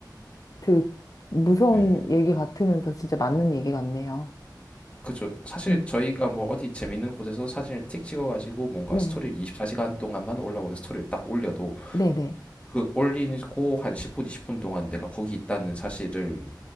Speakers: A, on the left (about 50°); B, on the left (about 15°).
A: 그 무서운
B: 예.
A: 얘기 같으면서 진짜 맞는 얘기 같네요.
B: 그쵸. 사실
A: 음,
B: 저희가 뭐 어디 재밌는 곳에서 사진을 틱 찍어가지고 뭔가
A: 네.
B: 스토리를 24시간 동안만 올라오는 스토리를 딱 올려도
A: 네네.
B: 그 올리고 한 10분, 20분 동안 내가 거기 있다는 사실을